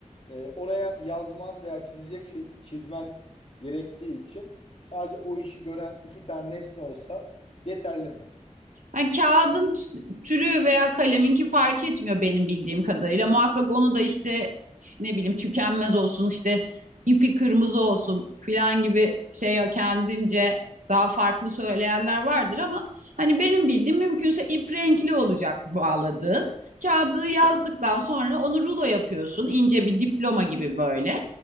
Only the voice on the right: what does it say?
Yani kağıdın t- türü veya kaleminki fark etmiyor benim bildiğim kadarıyla. Muhakkak onu da işte ne bileyim tükenmez olsun işte ipi kırmızı olsun filan gibi şey kendince daha farklı söyleyenler vardır ama hani benim bildiğim mümkünse ip renkli olacak bağladığın. Kağıdı yazdıktan sonra onu rulo yapıyorsun ince bir diploma gibi böyle.